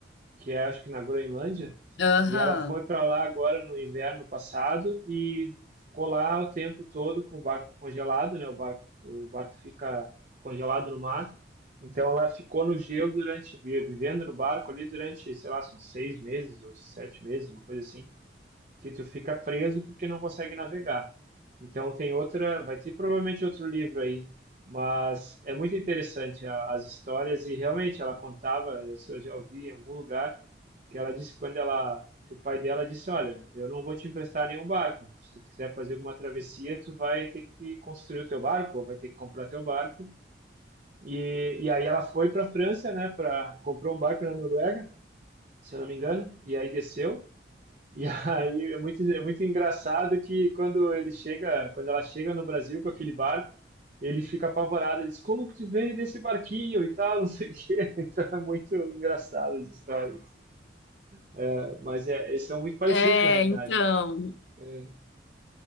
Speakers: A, on the right; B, on the left.
A: que é acho que na Groenlândia,
B: Aham.
A: e ela foi para lá agora no inverno passado e ficou lá o tempo todo com o barco congelado, né? O barco, o barco fica congelado no mar. Então ela ficou no gelo durante, vi- vivendo no barco ali durante, sei lá, são seis meses ou sete meses, uma coisa assim que tu fica preso porque não consegue navegar. Então tem outra, vai ter provavelmente outro livro aí, mas é muito interessante a- as histórias e realmente ela contava, isso eu já ouvi em algum lugar, que ela disse que quando ela, que o pai dela disse, olha, eu não vou te emprestar nenhum barco. Se tu quiser fazer alguma travessia, tu vai ter que construir o teu barco, ou vai ter que comprar teu barco. E, e aí ela foi para a França, né, para comprou um barco na Noruega, se eu não me engano, e aí desceu e aí é muito, é muito engraçado que quando ele chega, quando ela chega no Brasil com aquele barco, ele fica apavorado, ele diz, como que tu veio nesse barquinho e tal, <laughs> não sei o quê. <laughs> Então é muito engraçado as histórias. É, mas é, eles são muito parecidos
B: É,
A: na realidade.
B: então.
A: É.